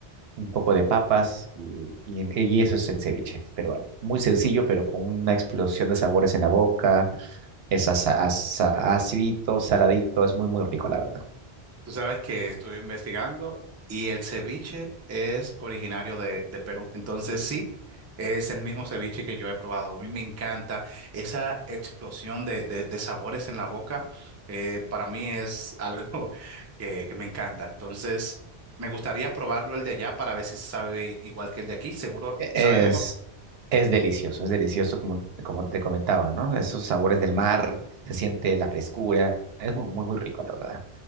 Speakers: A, on the right; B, on the right.
A: un poco de papas y, y- y eso es el ceviche peruano. Muy sencillo, pero con una explosión de sabores en la boca. Es asa- asa- acidito, saladito, es muy, muy rico, la verdad.
B: Tú sabes que estuve investigando y el ceviche es originario de, de Perú. Entonces sí, es el mismo ceviche que yo he probado. A mí me encanta esa explosión de, de- de sabores en la boca. eh, para mí es algo <laughs> que, que me encanta. Entonces me gustaría probarlo el de allá para ver si sabe igual que el de aquí. Seguro
A: E-
B: sabe mejor.
A: Es, es delicioso, es delicioso como, como te comentaba, ¿no? Esos sabores del mar, se siente la frescura, es muy, muy, muy rico, la verdad.